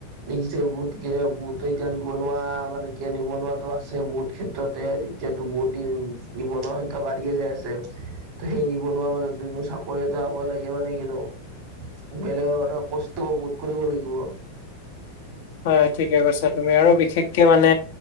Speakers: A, on the right (about 40°); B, on the left (about 50°).
A: দেখিছেই বহুত কে বহুত এতিয়া নিবনুৱা মানে কি নিবনুৱো আছে বহুত ক্ষেত্ৰতে তে বহুত দিন নিবনুৱা সংখ্যা বাঢ়িয়ে যাই আছে ত সেই নিবনুৱা মাজতে যে চাক কৰি এটা হব লাগিব মানে কি নো বেলেগ নহলেও কষ্ট বহুত কৰিব লাগিব
B: হয় ঠিকে কৈছা তুমি আৰু বিশেষকে মানে